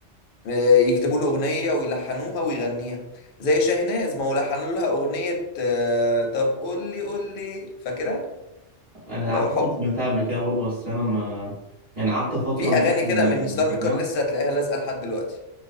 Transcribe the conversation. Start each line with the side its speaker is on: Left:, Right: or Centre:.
Left: آه، يكتبوا له اغنيه ويلحنوها ويغنيها زي شاهناز ما هو لحنوا لها اغنيه آه، طب قول لي قول لي فاكرها
Right: انا
Left: لو
Right: اعتقد
Left: حب
Right: سمعتها قبل كده برضه بس انا ما يعني قعدت فتره
Left: في
Right: مبطل
Left: اغاني كده من ستار
Right: سماع
Left: ميكر لسه هتلاقيها لازقه لحد دلوقتي